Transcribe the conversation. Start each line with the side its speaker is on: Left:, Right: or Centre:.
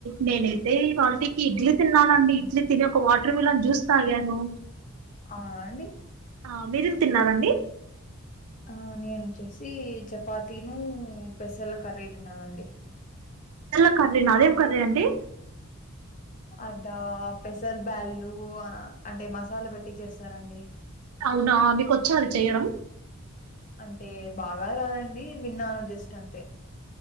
Right: నేనైతే ఈ వాల్టీకి ఇడ్లీ తిన్నానండి ఇడ్లీ తిని ఒక వాటర్ మిలన్ జ్యూస్ తగాను
Left: అవునా అండి
Right: ఆ మీరేం తిన్నారండి
Left: ఆ నేను వచ్చేసి చపాతీను పెసర్ల కర్రీ తిన్నానండి
Right: ల్ కర్రీ నా అదేం కర్రీ అండి
Left: అద పెసర్ బ్యాళ్ళు అంటే మసాలా పెట్టి చేస్తారండి
Right: అవునా మీకు వచ్చా అది చెయడం
Left: అంటే బాగా రాదండి విన్నాను జస్ట్ అంతే